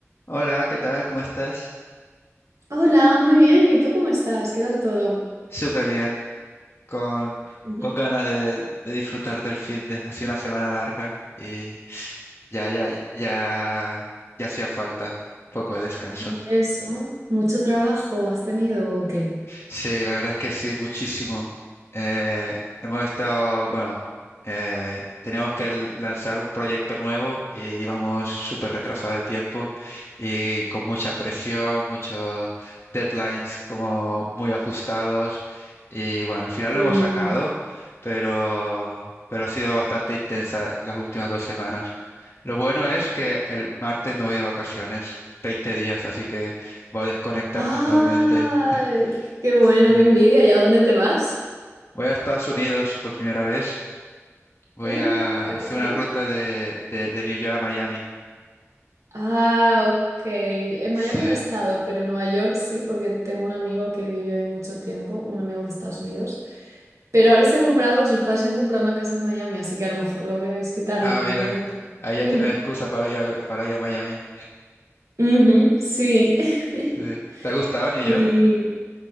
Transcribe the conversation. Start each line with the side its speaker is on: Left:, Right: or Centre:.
Left: Hola, ¿qué tal? ¿Cómo estás?
Right: Hola, muy bien. ¿Y tú cómo estás? ¿Qué tal todo?
Left: Súper bien, con,
Right: <laughs>
Left: con ganas de, de disfrutar del fin de, ha sido una semana larga y ya, ya, ya, ya hacía falta un poco de descanso.
Right: Y eso, ¿mucho trabajo has tenido o qué?
Left: Sí, la verdad es que sí, muchísimo. Eh, hemos estado, bueno, eh, teníamos que l- lanzar un proyecto nuevo y íbamos súper retrasados de tiempo y con mucha presión, muchos deadlines como muy ajustados. Y bueno, al final
Right: Mm.
Left: lo hemos sacado, pero, pero ha sido bastante intensa las últimas dos semanas. Lo bueno es que el martes me voy de vacaciones, 20 días, así que voy a desconectar
Right: ¡Ah!
Left: totalmente.
Right: Qué bueno,
Left: <laughs>
Right: qué envidia. ¿Y a dónde te vas?
Left: Voy a Estados Unidos por primera vez. Voy
Right: Uh,
Left: a
Right: ¿a
Left: hacer
Right: qué zona?
Left: una ruta de, de- de New York a Miami.
Right: Ah, ok. En
Left: Sí.
Right: Miami no he estado, pero en Nueva York sí, porque tengo un amigo que vivió ahí mucho tiempo, un amigo de Estados Unidos. Pero ahora se ha comprado, sus padres se han comprado una casa en Miami, así que a lo mejor lo voy a visitar
Left: Ah,
Right: en algún
Left: mira,
Right: momento.
Left: ahí
Right: <laughs>
Left: ya tienes excusa para ir a, para ir a Miami.
Right: Ujú, sí. <laughs>
Left: Sí. ¿Te ha gustado New
Right: Y,
Left: York?